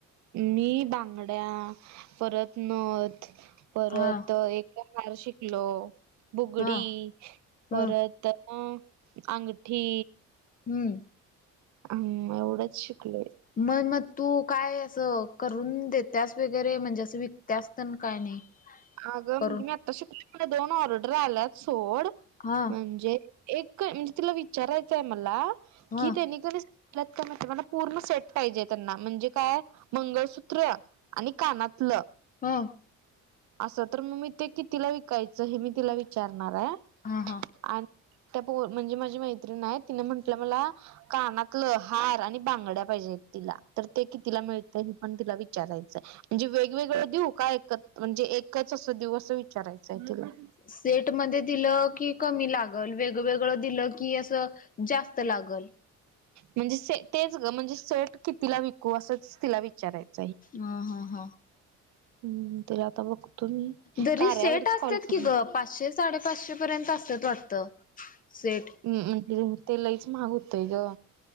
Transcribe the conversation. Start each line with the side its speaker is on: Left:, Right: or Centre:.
Right: मी बांगड्या परत नथ परत
Left: हा
Right: एक हार शिकलो बुगडी
Left: हा
Right: परत
Left: हम्म
Right: अ आंगठी
Left: हम्म
Right: हम एवढंच शिकलोय
Left: मग मग तू काय असं करून देत्यास वगैरे म्हणजे असं विकत्यास तेन काय नाही
Right: अगं
Left: करून
Right: मी आता शिकलोय खरं दोन ऑर्डर आल्यात सोड
Left: हा
Right: म्हणजे एक म्हणजे तिला विचारायचंय मला
Left: हा
Right: कि त्यानी कनी म्ह नातवांना पूर्ण सेट पाहिजे त्यांना म्हणजे काय, मंगळसूत्र आणि कानातलं.
Left: हा.
Right: असं तर मग मी ते कितीला विकायचं हे मी तिला विचारणार हाय
Left: हा हा.
Right: आणि पो, म्हणजे माझी मैत्रिण हाय, तिन म्हंटल्या मला कानातलं, हार आणि बांगड्या पाहिजेत. तिला. तर ते कितीला मिळतं, हे पण तिला विचारायचंय? म्हणजे वेगवेगळं दीऊ? का एकत्र म्हणजे एकच अस देऊ, विचारायचय तिला? एकच
Left: सेट मध्ये दिलं, की कमी लागल. वेगवेगळं दिलं की असं जास्त लागलं.
Right: म्हणजे स तेच ग म्हणजे सेट कितीला विकू असंच तिला विचारायचं.
Left: ह, हा, हा.
Right: हम्म्. तिला आता बघतो मी,
Left: जरी
Right: कार्यावरच
Left: सेट असतात
Right: कॉल करतो.
Left: की ग. पाचशे, साडे -पाचशे पर्यंत आसत्यात वाटतं? सेट.
Right: हम्म् अ, म ते लईच महाग होतंय ग.